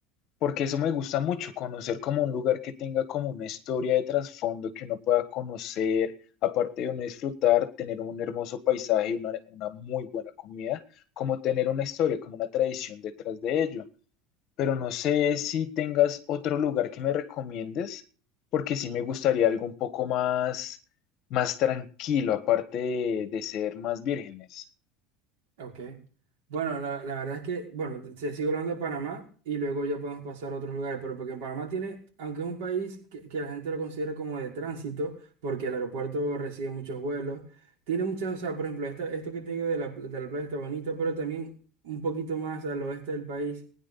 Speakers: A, on the left (about 40°); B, on the right (about 80°).
A: Porque eso me gusta mucho, conocer como un lugar que tenga como una historia de trasfondo que uno pueda conocer, aparte de uno disfrutar, tener un hermoso paisaje y una, una muy buena comida, como tener una historia, como una tradición detrás de ello. Pero no sé si tengas otro lugar que me recomiendes, porque sí me gustaría algo un poco más, más tranquilo, aparte de de ser más vírgenes.
B: Ok. Bueno, la, la verdad es que, bueno, se sigue hablando de Panamá y luego ya podemos pasar a otros lugares, pero porque en Panamá tiene, aunque es un país que, que la gente lo considera como de tránsito, porque el aeropuerto recibe muchos vuelos, tiene muchas, o sea, por ejemplo, esta- esto que te digo de la, pl- de la playa está bonito, pero también un poquito más al oeste del país,